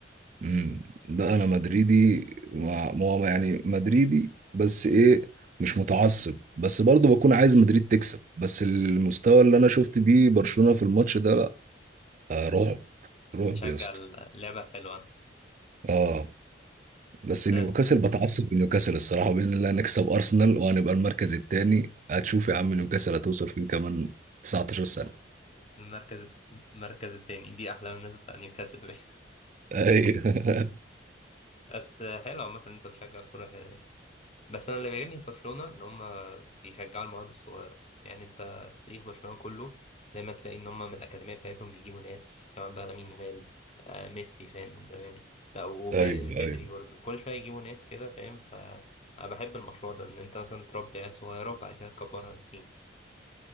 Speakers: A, on the right (about 40°); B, on the left (about 30°).
A: امم ده انا مدريدي ما ما هو يعني مدريدي بس ايه مش متعصب بس برضه بكون عايز مدريد تكسب بس المستوى اللي انا شفت بيه برشلونة في الماتش ده لا آه رعب رعب
B: شجع
A: يا اسطى
B: اللعبة الحلوة أنت
A: اه بس
B: بس
A: نيوكاسل بتعصب من نيوكاسل الصراحة بإذن الله نكسب أرسنال وهنبقى المركز الثاني هتشوف يا عم نيوكاسل هتوصل فين كمان 19 سنة
B: المركز المركز التاني دي أحلى من الناس بتاع نيوكاسل <laughs>
A: أيوه <laughs>
B: بس حلو عامة إن أنت بتشجع كورة حلوة يعني. بس أنا اللي بيعجبني في برشلونة إن هم بيشجعوا المواهب الصغيرة يعني انت في تاريخ برشلونة كله دايما تلاقي ان هم من الأكاديمية بتاعتهم بيجيبوا ناس سواء بقى لامين يامال آه ميسي فاهم من زمان لا وبدري
A: أيوه أيوه
B: برضه كل شوية يجيبوا ناس كده فاهم ف أنا بحب المشروع ده ان انت مثلا تربي عيال صغيرة وبعد كده تكبرها تيم